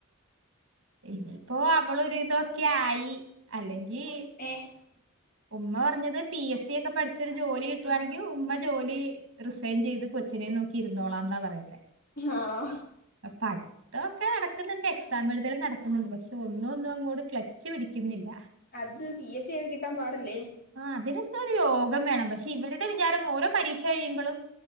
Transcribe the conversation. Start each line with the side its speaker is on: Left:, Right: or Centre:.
Right: ഇനിയിപ്പോ അവളൊരിതൊക്കെ ആയി അല്ലെങ്കിൽ
Left: ഏഹ്
Right: ഉമ്മ പറഞ്ഞത് പി എസ് സി ഒക്കെ പഠിച്ചരു ജോലി കിട്ടുവാണെങ്കിൽ ഉമ്മ ജോലി റിസൈൻ ചെയ്ത് കൊച്ചിനെ നോക്കിയിരുന്നോളാന്നാ പറയുന്നെ
Left: ആണോ
Right: അപട് തൊക്കെ നടക്കുന്നുണ്ട് എക്സാം എഴുതലും നടക്കുന്നുണ്ട് പക്ഷെ ഒന്നും ഒന്നും അങ്ങോട് ക്ലച്ച് പിടിക്കുന്നില്ല
Left: അത് പി എസ് സി എഴുതിക്കാൻ പാടല്ലേ
Right: ആഹ് അതിനൊക്കെ ഒരു യോഗം വേണം പക്ഷെ ഇവരുടെ വിചാരം ഓരോ പരീക്ഷ കഴിയുമ്പളും